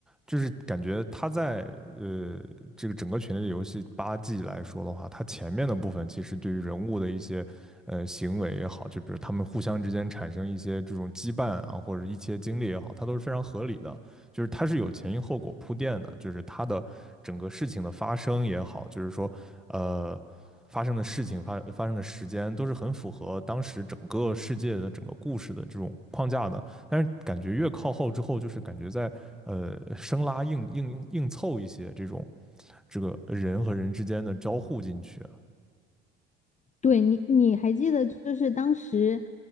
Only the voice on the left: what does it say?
对你，你还记得就是当时